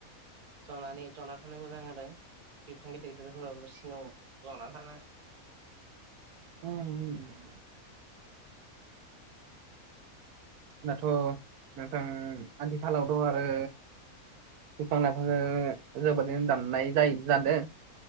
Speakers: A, on the right (about 30°); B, on the right (about 85°).
A: ज'नानै ज'ना थानो मोजां आरो बिफां गिदिर गिदिरफोराव सिङानाव ज'ना थानो
B: <unintelligible> दाथ' नोंथां आथिखालावथ' आरो बिफां लाइफांखो जोबोरैनो दाननाय जायो जादों